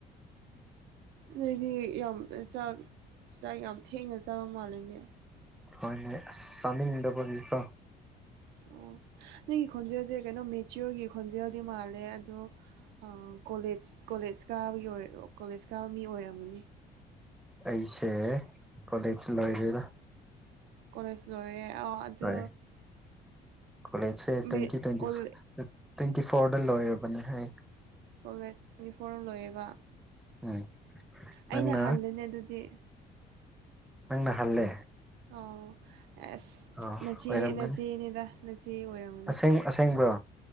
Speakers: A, on the right; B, in the centre.
A: ꯅꯣꯏꯗꯤ ꯌꯥꯝ ꯆꯥꯛ ꯆꯥꯛ ꯌꯥꯝ ꯊꯦꯡꯅ ꯆꯥꯕ ꯃꯥꯜꯂꯦꯅꯦ꯫
B: ꯍꯣꯏꯅꯦ ꯑꯁ ꯆꯥꯅꯤꯡꯗꯕꯒꯤꯀꯣ꯫
A: ꯑꯣ ꯅꯪꯒꯤ ꯈꯣꯟꯖꯦꯜꯁꯦ ꯀꯩꯅꯣ ꯃꯦꯆꯤꯌꯣꯔꯒꯤ ꯈꯣꯟꯖꯦꯜꯗꯤ ꯃꯥꯜꯂꯦ ꯑꯗꯣ ꯑ ꯀꯣꯂꯦꯖ ꯀꯣꯂꯦꯖ ꯀꯥꯕꯒꯤ ꯑꯣꯏ ꯀꯣꯂꯦꯖ ꯀꯥꯕ ꯃꯤ ꯑꯣꯏꯔꯝꯒꯅꯤ꯫
B: ꯑꯩꯁꯦ ꯀꯣꯂꯦꯖ ꯂꯣꯏꯔꯦꯅ꯫
A: ꯀꯣꯂꯦꯖ ꯂꯣꯏꯔꯦ ꯑꯣ ꯑꯗꯨ
B: ꯍꯣꯏ ꯀꯣꯂꯦꯖꯁꯦ
A: ꯃꯤ
B: twenty twenty
A: college
B: four twenty ꯐꯣꯔꯗ ꯂꯣꯏꯔꯕꯅꯤ ꯑꯩ꯫
A: ꯀꯣꯂꯦꯖ ꯇ꯭ꯋꯦꯟꯇꯤ ꯐꯣꯔ ꯂꯣꯏꯌꯦꯕ
B: ꯎꯝ
A: ꯑꯩꯅ
B: ꯅꯪꯅ
A: ꯍꯜꯂꯦꯅꯦ ꯑꯗꯨꯗꯤ꯫
B: ꯅꯪꯅ ꯍꯜꯂꯦ꯫
A: ꯑꯣ ꯑꯁ
B: ꯑꯣ
A: ꯅꯆꯦ
B: ꯑꯣꯏꯔꯝꯒꯅꯤ
A: ꯅꯆꯦꯅꯦꯗ ꯅꯆꯦ ꯑꯣꯏꯔꯝ
B: ꯑꯁꯦꯡ ꯑꯁꯦꯡꯕ꯭ꯔꯣ꯫